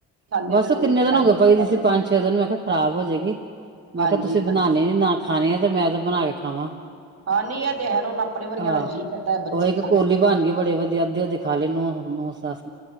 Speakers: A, on the right; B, on the right.
A: ਖਾਂਦੇ
B: ਬਸ
A: ਫੇਰ ਉਹਨਾਂ
B: ਕਿੰਨੇ
A: ਨੂੰ
B: ਦਿਨ ਹੋ
A: ਛੱਡ
B: ਗਏ
A: ਪਕਾਉਣਾ
B: ਪਈ ਹੋਈ
A: ਪੈਂਦਾ।
B: ਸੀਂ ਪੰਜ ਛੇ ਦਿਨ, ਮੈਂ ਕਿਹਾ ਖਰਾਬ ਹੋ ਜਾਏਗੀ ਮੈਂ
A: ਹਾਂਜੀ
B: ਕਿਹਾ ਤੁਸੀਂ ਬਣਾਉਣੀ
A: ਹਾਂਜੀ
B: ਨੀ ਨਾ ਖਾਣੀ ਆ ਤੇ ਮੈਂ ਤੇ ਬਣਾ ਕੇ ਖਾਵਾਂ
A: ਹਾਂ ਨਹੀਂ ਇਹ ਤੇ ਹੈ ਹੁਣ ਆਪਣੇ ਵਰਗਿਆਂ
B: ਆਹੋ
A: ਦਾ ਜੀਅ ਕਰਦਾ ਬੱਚੇ
B: ਉਹ ਇੱਕ
A: ਖਾਂਦੇ
B: ਕੋਲੀ
A: ਵੀ
B: ਬਣ
A: ਨੀ ਹੈਗੇ।
B: ਗਈ ਬੜੀ ਵਧੀਆ ਅੱਧੀ ਅਧੀ ਖਾਲੀ ਨੂੰ ਨੌ ਸਸ